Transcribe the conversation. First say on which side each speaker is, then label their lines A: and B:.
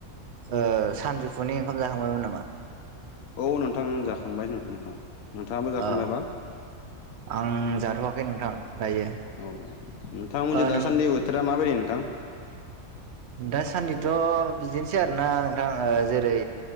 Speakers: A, on the right; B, on the left.
A: ओ सानजौफुनि ओंखाम जाखांबायमोन नामा।
B: औ नोंथां जाखांबाय नोंथां नोंथाङाबो जाखांबायबा
A: औ आं जाथ'आखै नोंथां दायो।
B: औऔ नोंथांमोनजों
A: ओ
B: दासान्दि
A: नों
B: बोथोरा माबायदि नोंथां।
A: दासान्दिथ' बिदिनोसै आरोना नोंथां जेरै